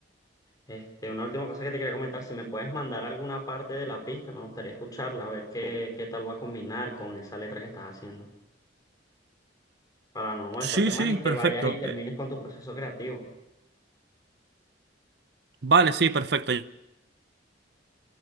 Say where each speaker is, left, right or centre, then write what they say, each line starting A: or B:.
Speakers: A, on the left; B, on the right.
A: Este, una última cosa que te quería comentar, si me puedes mandar alguna parte de la pista, me gustaría escucharla, a ver qué, qué tal va a combinar con esa letra que estás haciendo, para no molestarte
B: Sí,
A: más
B: sí,
A: y que
B: perfecto.
A: vayas y termines
B: Eh,
A: con tu proceso creativo.
B: Vale, sí, perfecto.